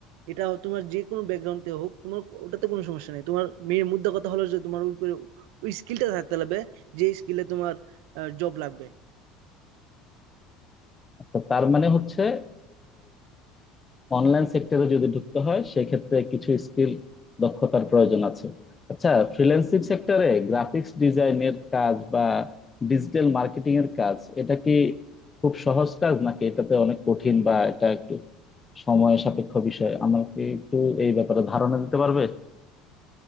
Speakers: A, on the right (about 75°); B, on the left (about 20°).
A: এটা তোমার যে কোনো ব্যাকগ্রাউন্ডে হোক তোমার ওটাতে কোনো সমস্যা নেই তোমার মেয়ের মুদ্রা কথা হলো যে তোমার ওই পরি- ওই স্কিলটা থাকতে লাগবে যে স্কিলে তোমার জব লাগবে
B: আচ্ছা, তার মানে হচ্ছে অনলাইন সেক্টরে যদি ঢুকতে হয় সেক্ষেত্রে কিছু স্কিল দক্ষতার প্রয়োজন আছে আচ্ছা ফ্রিল্যান্সিং সেক্টরে গ্রাফিক্স ডিজাইনের কাজ বা ডিজিটাল মার্কেটিং এর কাজ এটা কি খুব সহজ কাজ নাকি এটাতে অনেক কঠিন বা এটা একটু সময় সাপেক্ষ বিষয় আমাকে একটু এই ব্যাপারে ধারণা দিতে পারবে